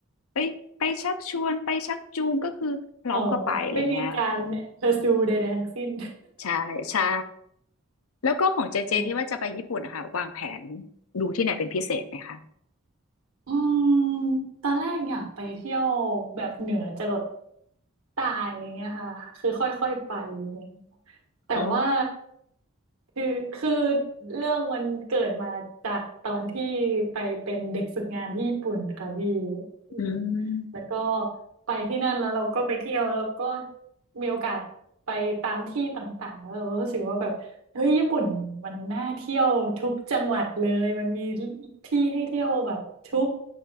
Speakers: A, on the left; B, on the right.
A: ไปไปชักชวนไปชักจูงก็คือพร้อมก็ไปอะไรเงี้ย
B: เออไม่มีการ pursue ใดๆทั้งสิ้น
A: ใช่ใช่ แล้วก็ของเจเจที่ว่าจะไปญี่ปุ่นนะคะวางแผน
B: <laughs>
A: ดูที่ไหนเป็นพิเศษไหมคะ
B: อืมตอนแรกอยากไปเที่ยวแบบเหนือจรด ตายอย่างเงี้ยค่ะคือค่อยๆไปอย่างเงี้ยแต่ว่า
A: อ๋อ
B: คือคือเรื่องมันเกิดมาจากตอนที่ไปเป็นเด็กฝึกงานที่ญี่ปุ่นค่ะพี่อืม
A: อืม
B: แล้วก็ไปที่นั่นแล้วเราก็ไปเที่ยวแล้วเราก็มีโอกาสไปตามที่ต่างๆแล้วเรารู้สึกว่าแบบเฮ้ยญี่ปุ่นมันน่าเที่ยวทุกจังหวัดเลยมันมีที่ให้เที่ยวแบบทุก